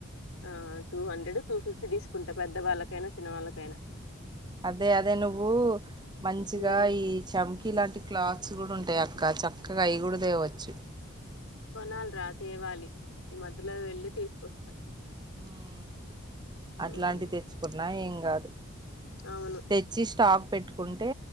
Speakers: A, on the left (about 85°); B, on the right (about 20°).
A: ఆ టూ హండ్రెడ్ టూ ఫిఫ్టీ తీసుకుంటా పెద్దవాళ్ళకైనా చిన్న వాళ్ళకైనా
B: అదే అదే నువ్వు మంచిగా
A: ఉమ్,
B: ఈ చాంకీ లాంటి క్లాత్స్ కూడా ఉంటాయి అక్క చక్కగా అవి కూడా తేవచ్చు
A: కొణాలి రా తేవాలి ఈ మధ్యలో వెళ్ళి తీసుకొస్తా
B: ఉమ్ అట్లాంటివి
A: ఉమ్,
B: తెచ్చుకున్నా ఇం కాదు
A: అవును
B: తెచ్చి స్టాక్ పెట్టుకుంటే